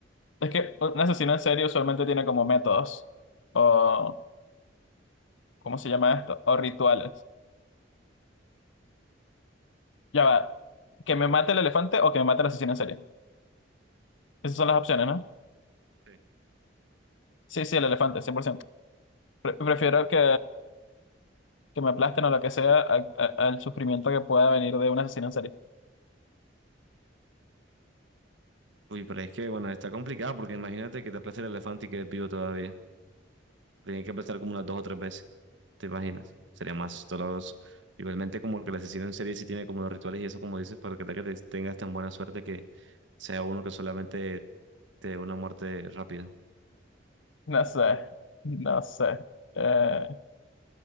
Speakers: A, on the left (about 85°); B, on the right (about 75°).
A: es que un asesino en serie usualmente tiene como métodos o, ¿cómo se llama esto? O rituales. Ya va, que me mate el elefante o que me mate el asesino en serie. Esas son las opciones, ¿no?
B: Sí.
A: Sí, sí, el elefante, 100%. Pre- prefiero que, que me aplasten o lo que sea a- a- al sufrimiento que pueda venir de un asesino en serie.
B: Uy, pero es que, bueno, está complicado porque imagínate que te aplaste el elefante y quedes vivo todavía. Tienes que aplastar como unas dos o tres veces. ¿Te imaginas? Sería más doloroso. Igualmente, como que el asesino en serie sí tiene como los rituales y eso, como dices, para que tal que te- tengas tan buena suerte que sea uno que solamente te dé una muerte rápida.
A: No sé, no sé. Eh,